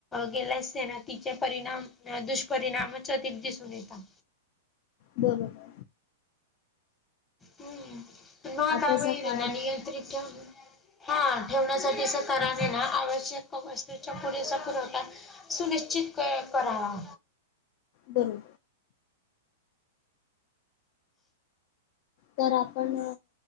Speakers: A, on the left (about 20°); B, on the left (about 50°).
A: गेल्या असते ना तिचे परिणाम दुष्परिणामच अधिक दिसून येतात
B: बरोबर
A: हम्म महागाई
B: आताच्या
A: वैगरे
B: काळात
A: नियत्रित ठेवणं हा ठेवण्यासाठी अस कराणे ना आवश्यक वस्तूचा पुरेसा पुरवठा सुनिश्चित करावा
B: बर तर आपण